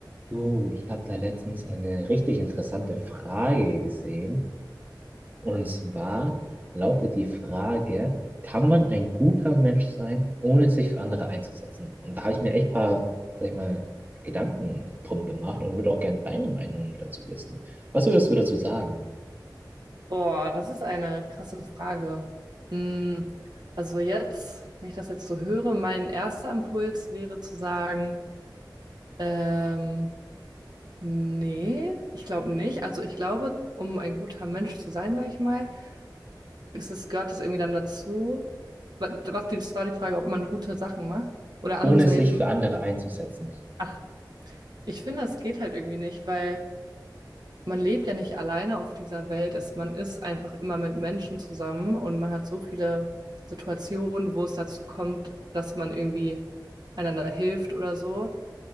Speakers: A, on the right; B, on the right.
A: Du, ich habe da letztens eine richtig interessante Frage gesehen. Und zwar lautet die Frage, kann man ein guter Mensch sein, ohne sich für andere einzusetzen? Und da habe ich mir echt ein paar, sag ich mal, Gedanken drum gemacht und würde auch gerne deine Meinung dazu wissen. Was würdest du dazu sagen,
B: Boah, das ist eine krasse Frage. Mm, Also jetzt, wenn ich das jetzt so höre, mein erster Impuls wäre zu sagen, ähm, nee, ich glaube nicht. Also ich glaube, um ein guter Mensch zu sein, sage ich mal, ist es, gehört es irgendwie dann dazu. Wa- Was, das war die Frage, ob man gute Sachen macht oder anderen
A: ohne
B: zu
A: sich
B: helfen.
A: für andere einzusetzen?
B: Ach, ich finde, das geht halt irgendwie nicht, weil man lebt ja nicht alleine auf dieser Welt. Es, man ist einfach immer mit Menschen zusammen und man hat so viele Situationen, wo es dazu kommt, dass man irgendwie einander hilft oder so.